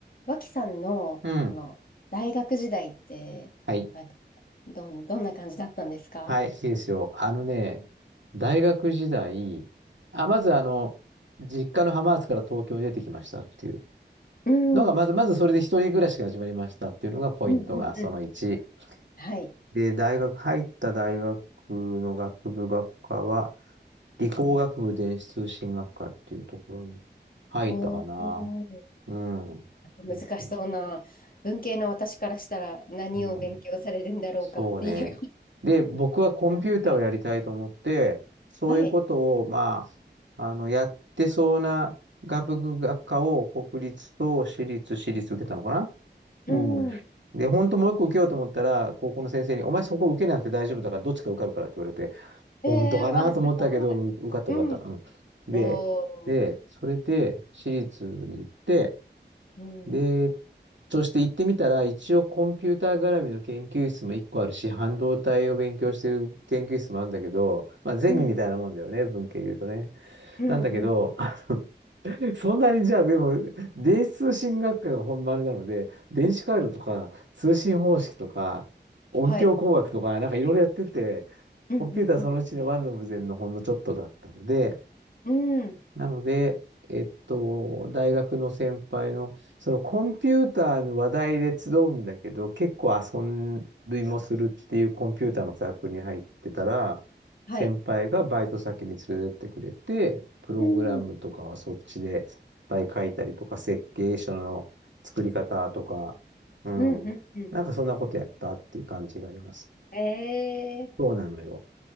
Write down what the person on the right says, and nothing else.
うん。
はい。
はい、いいですよ。あのね、大学時代、あ、まずあの、実家の浜松から東京に出てきましたっていう
のが、まず、
まずそれで一人暮らしが始まりましたっていうのがポイントが、
その1。
で、大学、入った大学の学部学科は、理工学部電子通信学科っていうところに入ったかな。
うん。
そうそう
そう。そうね。で、僕はコンピューターをやりたいと思って、
そういうことを、
まあ、あの、やってそうな学部学科を国立と私立、私立受けたのかな
うん。で、本当もう一個受けようと思ったら、高校の先生に、お前そこ受けなくて大丈夫だから、どっちか受かるからって言われて、
本当かなと思ったけど、
う受かった受かった。
うん。
で、で、それで私立に行って、
で、そして行ってみたら、一応コンピューター絡みの研究室も一個あるし、半導体を勉強してる研究室もあるんだけど、まあゼミみたいなもんだよね、
文系で言うとね。
なんだけど、
あの <laughs> そんなにじゃあ、でも、電子通信学科が本丸なので、電子回路とか、通信方式とか、音響工学とか、
なんかいろいろやってて、
コンピューターそのうちのワンの無前のほんのちょっとだったので、
なので、えっと、大学の先輩の、そのコンピューターの話題で集うんだけど、結構遊びもするっていうコンピューターのサークルに入ってたら、
先輩がバイト先に連れてってくれて、プログラムとかはそっちでいっぱい書いたりとか、
設計書の作り方とか、うん。
なんかそんなことやったっていう感じがあります。
そうなのよ。